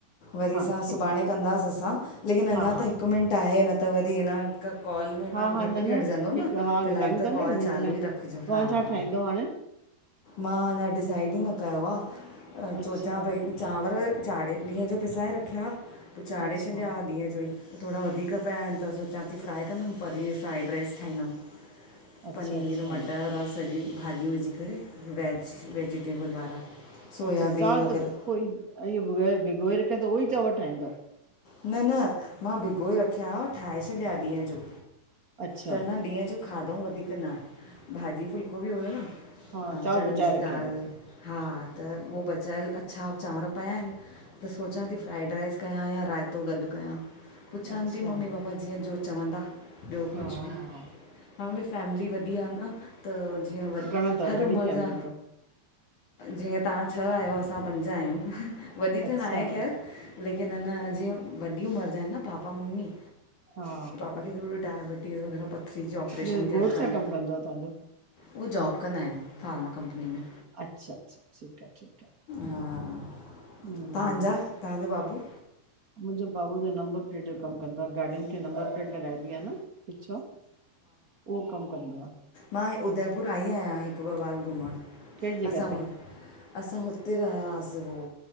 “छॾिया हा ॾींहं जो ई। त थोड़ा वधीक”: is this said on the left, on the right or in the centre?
Left